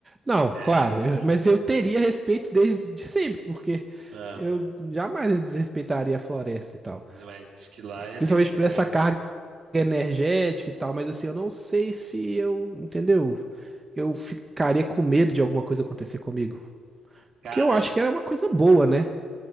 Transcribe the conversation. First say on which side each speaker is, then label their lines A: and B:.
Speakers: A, on the right; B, on the right.
A: Não, claro.
B: É.
A: eu- mas eu teria respeito desde de sempre, porque
B: Ah,
A: eu jamais desrespeitaria a floresta e tal.
B: mas diz que lá é-
A: Principalmente
B: tem muita
A: por
B: coisa.
A: essa carga energética e tal. Mas assim, eu não sei se eu, entendeu? Eu ficaria com medo de alguma coisa acontecer comigo.
B: Cara,
A: Porque eu acho que era uma coisa boa, né?